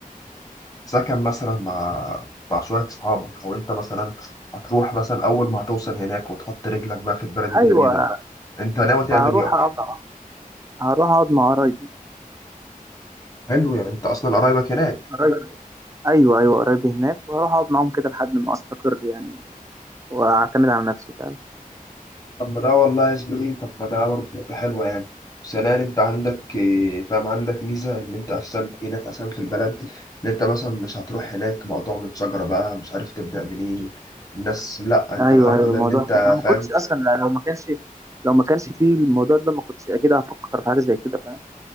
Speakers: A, on the left; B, on the right.
A: سكن مثلا مع مع شوية صحابك أو أنت مثلا هتروح مثلا أول ما هتوصل هناك وتحط رجلك بقى في البلد الجديدة
B: ايوه
A: أنت ناوي تعمل
B: هروح
A: إيه أصلا؟
B: اقعد هروح اقعد مع قرايبي
A: حلو يعني انت اصلا قرايبك هناك
B: قريب ايوه ايوه قريب هناك وهروح اقعد معاهم كده لحد ما استقر يعني واعتمد على نفسي فاهم
A: طب ما ده والله يا زميلي طب ما ده برضه فكرة حلوة يعني ثانيا انت عندك إيه، فاهم عندك ميزة ان انت اصلا هناك اصلا في البلد ان انت مثلا مش هتروح هناك مقطوع من شجرة بقى مش عارف تبدأ منين الناس لا انت
B: ايوه
A: الحمد
B: ايوه
A: لله
B: الموضوع
A: ان انت
B: انا ما
A: فاهم
B: كنتش اصلا لو ما كانش لو ما كانش فيه الموضوع ده ما كنتش اكيد هفكر في حاجه زي كده فاهم